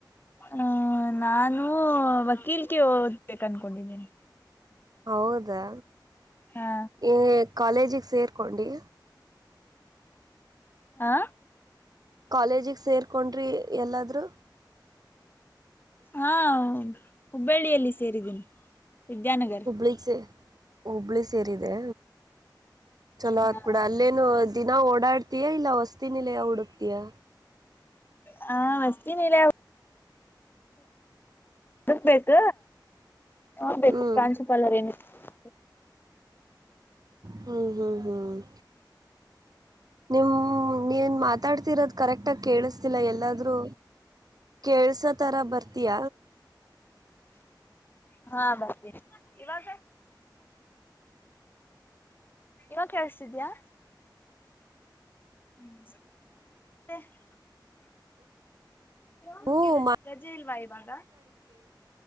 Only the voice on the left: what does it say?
ಹಾ ನಾನು ವಕೀಲ್ಗೆ ಓದ್ಬೇಕು ಅನ್ಕೊಂಡಿದ್ದೇನಿ
ಹಾ
ಹಾ
ಹಾ ಹುಬ್ಬಳ್ಳಿಯಲ್ಲಿ ಸೇರಿದ್ದೀನಿ. ವಿದ್ಯಾನಗರ್
ಹಾ
ಹಾ ಹೊಸತಿ ನಿಲಯ ಹುಡ್ಕಬೆಕ್. ನೋಡಬೇಕು
ಪ್ರಾಂಶುಪಾಲರು ಏನ್ <inaudible>
ಹಾ ಬರ್ತೀನಿ. ಇವಾಗ ಇವ್ಗ್ ಕೇಳಸ್ತಿದ್ಯಾ. <unintelligible> ನಿಮ್ಗೆ
ರ ರಜೆ ಇಲ್ವಾ ಇವಾಗ.